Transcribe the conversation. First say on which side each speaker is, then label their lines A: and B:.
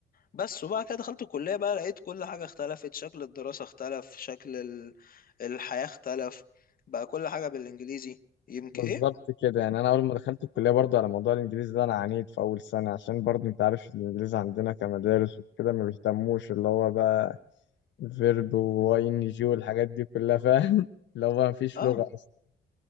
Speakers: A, on the left (about 45°); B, on the left (about 65°).
A: بس وبعد كده دخلت الكلية بقى لقيت كل حاجة اختلفت شكل الدراسة اختلف شكل ال- الحياة اختلف بقى كل حاجة بالإنجليزي يمكن
B: بالظبط
A: إيه؟
B: كده يعني انا اول ما دخلت الكليه برضو على موضوع الانجليزي ده انا عانيت في اول سنه عشان برضو انت عارف الانجليزي عندنا كمدارس وكده ما بيهتموش اللي هو بقى فيرب واي ان جي والحاجات دي كلها فاهم <laughs> اللي هو ما فيش
A: آه
B: لغه اصلا